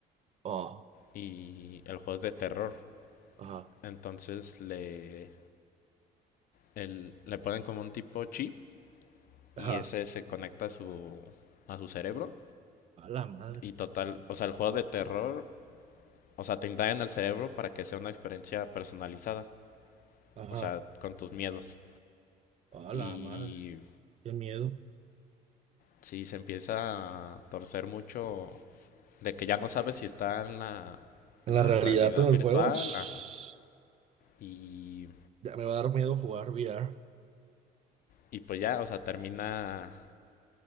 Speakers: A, on the right (about 40°); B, on the left (about 60°).
A: oh,
B: y el juego es de terror.
A: ajá,
B: Entonces le, el- le ponen como un tipo chip y
A: ajá,
B: ese se conecta a su, a su cerebro.
A: a la madre,
B: Y total, o sea, el juego de terror, o sea, te indagan el cerebro para que sea una experiencia personalizada,
A: ajá,
B: o sea, con tus miedos.
A: a
B: Y
A: la madre, qué miedo.
B: si se empieza a torcer mucho de que ya no sabes si está en la,
A: En
B: en
A: la
B: la
A: realidad,
B: realidad
A: todo
B: virtual,
A: el juego, shh,
B: ajá. Y
A: ya me va a dar miedo jugar VR.
B: Y pues ya, o sea, termina.